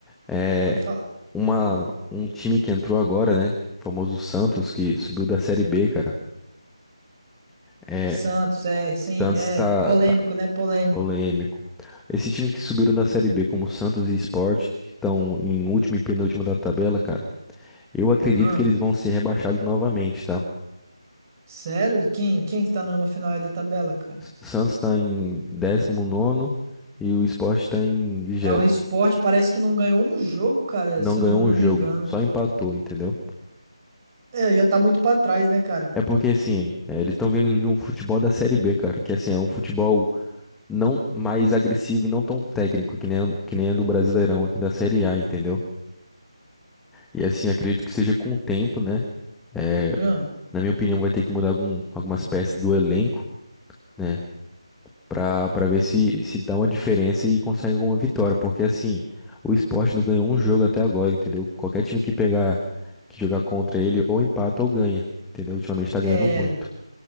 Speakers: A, in the centre; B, on the right.
A: é
B: pode falar.
A: uma, um time que entrou agora, né? O famoso Santos, que subiu da Série B, cara. É,
B: Santos, é, sim,
A: Santos
B: é
A: tá,
B: polêmico,
A: tá
B: né? Polêmico.
A: polêmico. Esses times que subiram da Série B, como Santos e Sport, que estão em último e penúltimo da tabela, cara. Eu acredito
B: Ah,
A: que eles vão ser rebaixados novamente, tá?
B: sério? Quem, quem que tá no, no final aí da tabela, cara?
A: Santos está em décimo nono e o Sport está em vigésimo.
B: É o Rei Sport, parece que não ganhou um jogo, cara,
A: Não
B: se eu
A: ganhou
B: não, não
A: um
B: me
A: jogo,
B: engano.
A: só empatou, entendeu?
B: É, já tá muito pra trás, né, cara?
A: É porque assim, é, eles estão vindo de um futebol da Série B, cara, que assim é um futebol não mais agressivo e não tão técnico que nem que nem é do Brasileirão aqui da Série A, entendeu? E assim, acredito que seja com o tempo, né? É,
B: Ah,
A: na minha opinião, vai ter que mudar algum, algumas peças do elenco. né? para para ver se se dá uma diferença e consegue alguma vitória, porque assim, o esporte não ganhou um jogo até agora, entendeu? Qualquer time que pegar, que jogar contra ele, ou empata ou ganha, entendeu? Ultimamente tá
B: é,
A: ganhando muito.